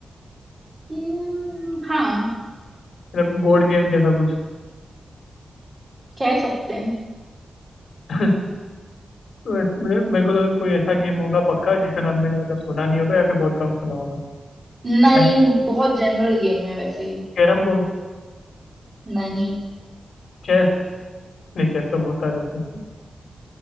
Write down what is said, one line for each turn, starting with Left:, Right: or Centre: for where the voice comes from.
Right: हम्म, हाँ
Left: मतलब बोर्ड गेम जैसा कुछ
Right: कह सकते हैं
Left: <laughs> तो ऐसा मेरे मेरे को तो कोई ऐसा गेम होगा पक्का जिसका नाम मैंने मतलब सुना नहीं होगा या फिर बहुत कम सुना होगा
Right: नहीं
Left: चाइनीज
Right: बहुत जनरल गेम है वैसे ये
Left: Carrom board
Right: नहीं
Left: चेस नहीं चेस तो बहुत सारे होते हैं